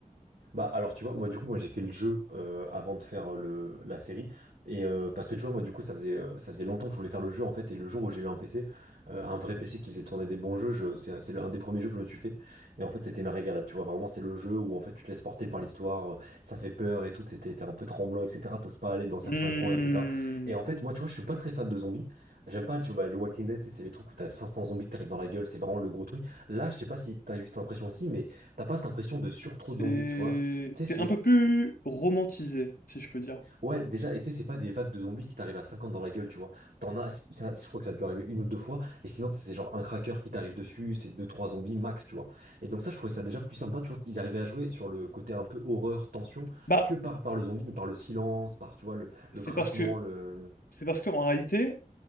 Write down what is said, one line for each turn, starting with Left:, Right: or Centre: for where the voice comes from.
Right: Bah alors tu vois moi du coup moi j'ai fait le jeu euh, avant de faire euh, le la série et euh, parce que tu vois moi du coup ça faisait euh, ça faisait longtemps que je voulais faire le jeu en fait et le jour où j'ai eu un PC euh, un vrai PC qui faisait tourner des bons jeux je- c'est c'est le- un des premiers jeux que je me suis fait et en fait c'était une régalade tu vois vraiment c'est le jeu où en fait tu te laisses porter par l'histoire euh, ça fait peur et tout c'était t'es un peu tremblant etc t'oses pas aller dans certains
Left: Hmm,
Right: coins etc et en fait moi tu vois je suis pas très fan de zombies j'aime pas tu vois bah, le Walking Dead tu sais, c'est les trucs où t'as 500 zombies qui t'arrivent dans la gueule c'est vraiment le gros truc là je sais pas si t'as eu cette impression aussi mais T'as pas cette impression de surtrop
Left: C'est
Right: de zombies, tu vois. Tu
Left: c'est
Right: sais, c'est.
Left: un peu plus romantisé, si je peux dire.
Right: Ouais, déjà, et tu sais, c'est pas des vagues de zombies qui t'arrivent à 50 dans la gueule, tu vois. T'en as. Ça, je crois que ça a dû arriver une ou deux fois. Et sinon, tu sais, c'est genre un cracker qui t'arrive dessus, c'est deux, trois zombies max, tu vois. Et donc, ça, je trouvais ça déjà plus sympa, tu vois, qu'ils arrivaient à jouer sur le côté un peu horreur, tension,
Left: Bah,
Right: que par, par le zombie, mais par le silence, par, tu vois, le, le
Left: c'est
Right: craquement,
Left: parce que
Right: le.
Left: c'est parce qu'en réalité,